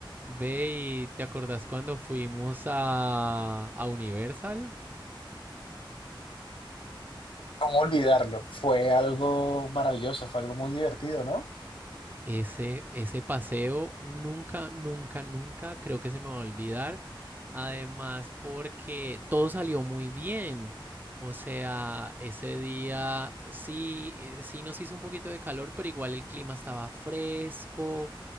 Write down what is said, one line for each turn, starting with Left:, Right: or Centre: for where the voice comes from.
Right: Ve y te acordás cuando fuimos a, a Universal,
Left: ¿Cómo olvidarlo? Fue algo maravilloso, fue algo muy divertido, ¿no?
Right: ese, ese paseo nunca, nunca, nunca creo que se me va a olvidar. Además, porque todo salió muy bien. O sea, ese día sí, eh, sí nos hizo un poquito de calor, pero igual el clima estaba fresco,